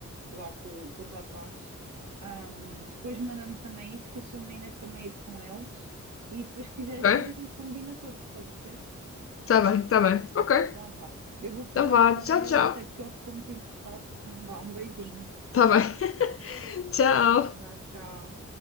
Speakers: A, on the right; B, on the left.
A: lá com, com o rapaz. Ahm, depois manda-me também isso, que eu sou menina de também ir com eles. E se depois quiseres
B: Ok,
A: vir, a gente combina todos, pode ser?
B: tá bem, tá bem. Ok,
A: Então vá. Eu vou falar
B: então vá,
A: com
B: tchau,
A: ele,
B: tchau.
A: até porque ele ficou muito interessado. <laughs> Então vá, um beijinho.
B: Tá bem, <laughs> tchau.
A: Vá, tchau.